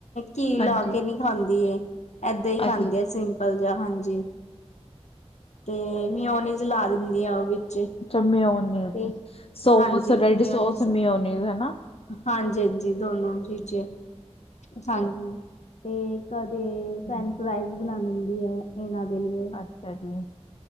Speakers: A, on the left; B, on the left.
A: ਘੀ
B: ਹਾਂਜੀ
A: ਲਾ ਕੇ ਨਹੀਂ ਖਾਂਦੀ ਇਹ ਏਦਾਂ ਹੀ, ਖਾਂਦੀ
B: ਅੱਛਾ
A: ਆ ਸਿੰਪਲ ਜਾਂ ਹਾਂਜੀ ਤੇ ਮੀਉਹਨੀਜ਼ ਲਾ ਦਿੰਦੀ ਹਾਂ ਉਹ ਵਿੱਚ
B: ਅੱਛਾ ਮਿਓਨੀਜ਼
A: ਤੇ
B: ਸੋਸ
A: ਹਾਂਜੀ
B: ਰੈਡ
A: ਮਿਓਨੀਜ਼
B: ਸੋਸ ਮਿਓਨੀਜ਼ ਹਨਾ।
A: ਹਾਂਜੀ, ਹਾਂਜੀ ਦੋਨੋ ਜੀ ਜੀਜੇ, ਹਾਂਜੀ ਤੇ ਕਦੇ
B: ਹਮ,
A: ਫਰੇਂਚ ਫਰਾਈ ਬਣਾ ਲਿੰਦੀ ਹੈ। ਏਨਾ ਦੇ ਲਈ
B: ਅੱਛਾ ਜੀ।